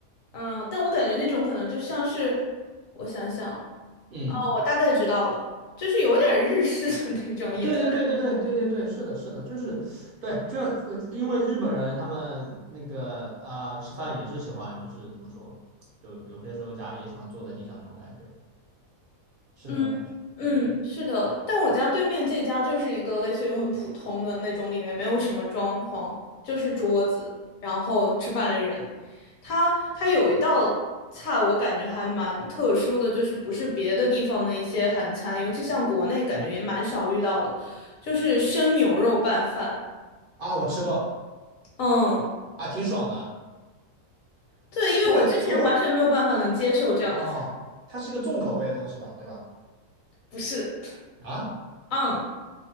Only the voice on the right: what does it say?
嗯，
啊对对对对对对对对，
是的，是的，就是，对，就呃因为日本人他们那个啊、吃饭也是喜欢，就是怎么说，就有些时候家里也喜欢坐在地上那种感觉，
是那种感觉。
对对对。
啊，我吃过。
啊，挺爽的，
因为因为我哦，它是一个重口味的东西吧，对吧？
啊，